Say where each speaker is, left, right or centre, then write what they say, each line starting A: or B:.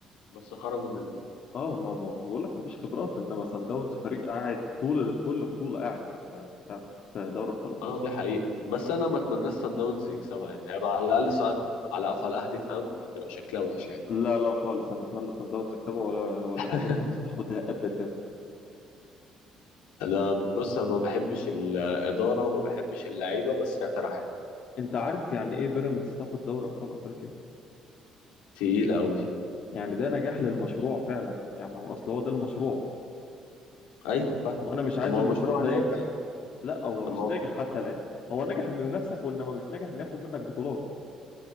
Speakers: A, on the left; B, on the left.
A: بس خرجوا منها
B: اه ما ما ما بقول لك مفيش خبرات انما سان داونز فريق قاعد طول كل بطوله قاعد في بتاع في دوري ابطال افريقيا
A: اه دي حقيقه بس انا ما اتمناش سان داونز يكسبها يعني هيبقى على الاقل صعد على قفا الاهلي فاهم فهتبقى شكلها وحش يعني
B: لا لا خالص انا اتمنى سان داونز يكسبها ولا ولا
A: <laughs>
B: ان بيراميدز تاخدها ابدا
A: انا بص أنا ما بحبش الاداره وما بحبش اللعيبه بس هي فرقه حلوه
B: انت عارف يعني ايه بيراميدز تاخد دوري ابطال افريقيا
A: تقيله قوي
B: يعني ده نجاح للمشروع فعلا يعني ما هو اصل هو ده المشروع
A: ايوه فاهمه
B: وانا مش عايز
A: طب ما هو
B: المشروع
A: مشروع
B: ده
A: ناجح
B: ينجح لا هو
A: طب
B: مش
A: ما هو
B: ناجح حتى الان هو نجح انه ينافسك وانما مش ناجح انه ياخد منك بطولات